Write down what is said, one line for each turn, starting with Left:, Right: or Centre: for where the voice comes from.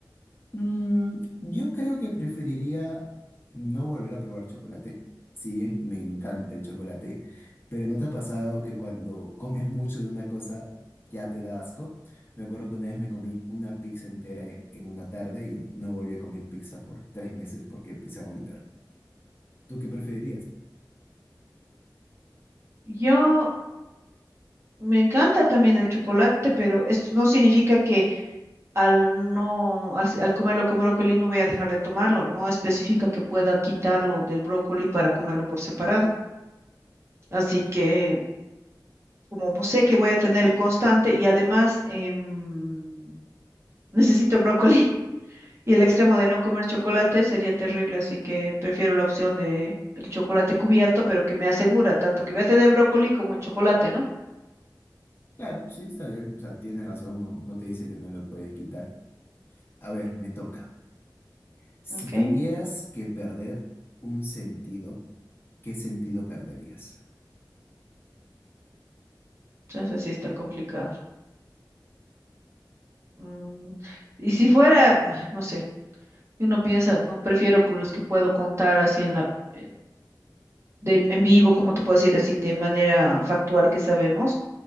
Left: Mm, yo creo que preferiría no volver a probar chocolate, si bien me encanta el chocolate, pero ¿no te ha pasado que cuando comes mucho de una cosa ya te da asco? Me acuerdo que una vez me comí una pizza entera e- en una tarde y no volví a comer pizza por tres meses porque empecé a vomitar. ¿Tú qué preferirías?
Right: Yo me encanta también el chocolate, pero esto no significa que al no, al, al comerlo con brócoli no voy a dejar de tomarlo. No especifica que pueda quitarlo del brócoli para comerlo por separado. Así que como pues, sé que voy a tener el constante y además em, necesito brócoli <laughs> y el extremo de no comer chocolate sería terrible, así que prefiero la opción de el chocolate cubierto, pero que me asegura tanto que voy a tener brócoli como el chocolate, ¿no?
Left: Claro, sí, está bien, o sea, tienes razón, no, no te dice que no lo puedes quitar. A ver, me toca. Si
Right: Ok,
Left: tuvieras que perder un sentido, ¿qué sentido perderías?
Right: entonces sí está complicado. Mm, y si fuera, <sighs> no sé, uno piensa, no prefiero con los que puedo contar así en la en- de, en vivo, como te puedo decir así de manera factual que sabemos.